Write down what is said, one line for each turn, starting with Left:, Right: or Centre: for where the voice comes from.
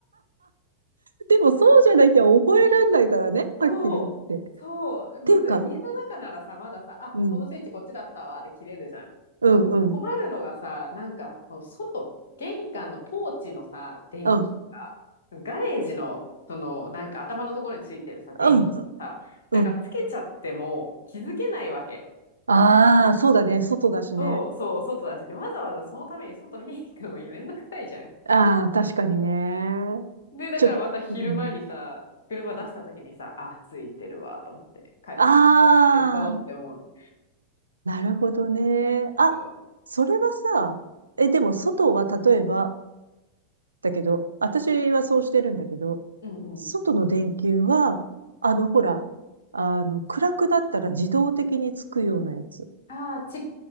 Right: でもそうじゃなきゃ覚えらんないからね。はっきり言って。
Left: そう、
Right: っ
Left: そう。まず家の中ならさ、
Right: ていうか、
Left: まださ、あ、
Right: うん、
Left: このスイッチこっちだったわで切れるじゃん。
Right: うん、
Left: 困るのがさ、
Right: うん、
Left: なんか、その外、玄関のポーチのさ、電気が、
Right: うん、
Left: ガレージの、その、なんか頭のところについてるさ、電気とかさ、
Right: うん、うん。
Left: なんかつけちゃっても気づけないわけ。
Right: ああ、そうだね。外だしね。
Left: そうそう、外だし。で、わざわざそのために外見に行くのもめんどくさいじゃん。
Right: ああ、確かにね。
Left: で、だからまた昼間にさ、
Right: ちょ、うん、
Left: 車出した時にさ、あ、ついてるわ、と思って帰ってきた時に消そうって思う。
Right: ああ、なるほどね。あ、
Left: そう。
Right: それはさ、え、でも外は例えば、だけど、私はそうしてるんだけど、
Left: うんうん。
Right: 外の電球は、あの、ほら、あの、暗くなったら自動的につくようなやつ。
Left: ああ、蓄